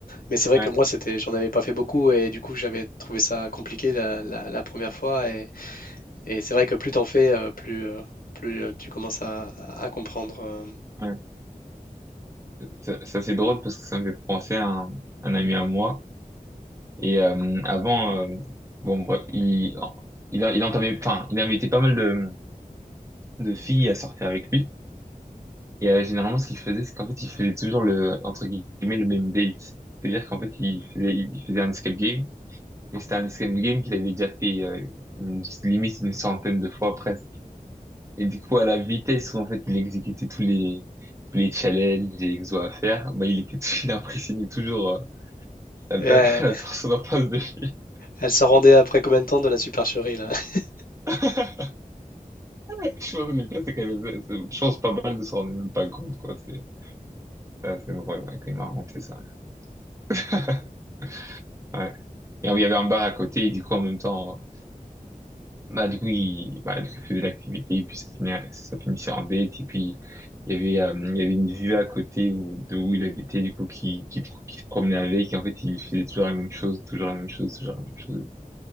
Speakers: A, on the left; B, on the right.
A: Mais c'est vrai
B: ouais,
A: que moi, c'était, j'en avais pas fait beaucoup et du coup, j'avais trouvé ça compliqué la, la- la première fois. Et, et c'est vrai que plus t'en fais, euh, plus, euh, plus euh, tu commences à, à comprendre. euh.
B: ouais. Ça, ça, c'est drôle parce que ça me fait penser à un, un ami à moi. Et euh, avant, euh, bon, bref, il, il, il entamait, enfin, il invitait pas mal de, de filles à sortir avec lui. Et euh, généralement, ce qu'il faisait, c'est qu'en fait, il faisait toujours le, entre guillemets, le même date. C'est-à-dire qu'en fait, il faisait, il faisait un escape game. Mais c'était un escape game qu'il avait déjà fait euh, une- limite une centaine de fois presque. Et du coup, à la vitesse où en fait il exécutait tous les tous les challenges et exos à faire, bah il était <laughs> il impressionnait toujours euh, la,
A: Et
B: pe-
A: elle
B: <laughs> la personne en face de lui.
A: elle s'en rendait après combien de temps de la supercherie là? <laughs>
B: <laughs> Je pense que le pire, c'est qu'elle avait- c'est- je pense pas mal de s'en rendre même pas compte quoi. C'est c'est assez drôle ouais, quand il m'a raconté ça. <laughs> Ouais. Et il y avait un bar à côté et du coup en même temps Bah, du coup, il, bah, du coup, il faisait l'activité, et puis ça finissait, ça finissait en date, et puis il y avait, euh, il y avait une vue à côté où, de où il habitait, du coup, qui, qui, pro- qui se promenait avec, et en fait, il faisait toujours la même chose, toujours la même chose, toujours la même chose.